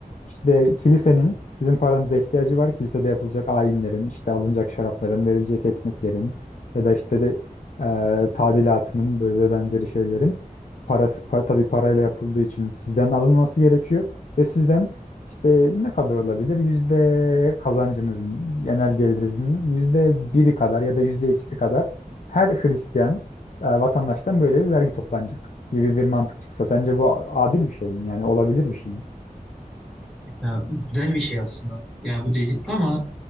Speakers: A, on the left (about 60°); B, in the centre.
A: İşte kilisenin sizin paranıza ihtiyacı var. Kilisede yapılacak ayinlerin, işte alınacak şarapların, verilecek ekmeklerin ya da işte de e, tadilatının böyle ve benzeri şeylerin parası pa, tabii parayla yapıldığı için sizden alınması gerekiyor ve sizden işte ne kadar olabilir? Yüzde kazancınızın, genel gelirinizin yüzde biri kadar ya da yüzde ikisi kadar her Hristiyan e, vatandaştan böyle bir vergi toplanacak gibi bir mantık çıksa sence bu adil bir şey mi? Yani olabilir bir şey mi?
B: Ya güzel bir şey aslında. Ya bu dedik ama